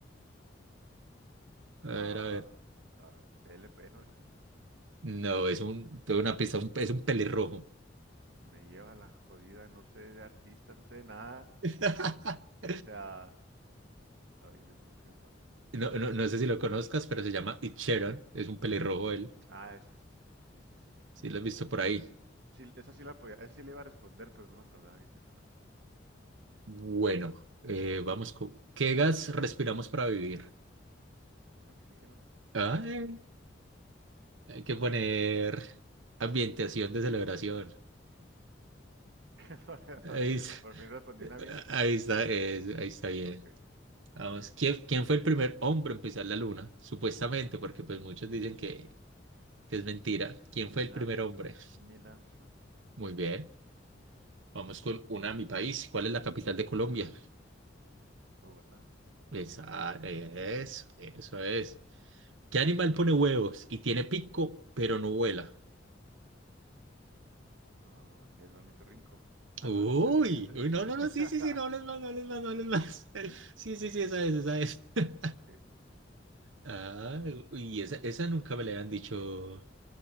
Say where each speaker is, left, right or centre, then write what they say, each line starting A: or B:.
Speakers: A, on the right; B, on the right.
A: A ver,
B: Ah,
A: a ver.
B: ah, LP, ¿no? Algo así.
A: No, es un, tengo una pista, un- es un pelirrojo.
B: Me lleva la jodida, no sé de artista, no sé de nada.
A: <laughs>
B: O sea... Ay, Dios mío, ¿qué me pasa?
A: No, no, no sé si lo conozcas, pero se llama Ed Sheeran. Es un pelirrojo él.
B: Ah, sí, sí, sí. Sí, sí, sí. que-
A: Sí, lo has visto por ahí.
B: Sí, esa sí la podía... Esa sí le iba a responder, pero no me acordaba bien de la persona.
A: Bueno, eh, vamos con... ¿Qué gas respiramos para vivir?
B: ¿Oxígeno?
A: Ay, hay que poner ambientación de celebración.
B: <laughs>
A: Ahí,
B: para, que
A: es-
B: por fin respondiera bien.
A: ahí
B: <laughs>
A: está, es- ahí está bien.
B: Ok,
A: Vamos,
B: ok, ok.
A: ¿quién, quién fue el primer hombre en pisar la luna? Supuestamente, porque pues muchos dicen que, que es mentira. ¿Quién
B: Neil
A: fue el primer
B: Arms-
A: hombre?
B: Neil Armstrong,
A: Muy bien, vamos con una a mi país. ¿Cuál es la capital de Colombia?
B: Bogotá.
A: Esa, eso, eso es. ¿Qué animal pone huevos y tiene pico, pero no vuela?
B: Ah, el ornitorrinco. Ah,
A: Uy,
B: no, ese es... Ese, ese,
A: uy,
B: ese-
A: no,
B: <laughs>
A: no, no, sí, sí, sí, no hables más, no hables más, no hables más. <laughs> Sí, sí, sí, esa es, esa es. <laughs>
B: Ok.
A: Ah, y esa, esa nunca me la habían dicho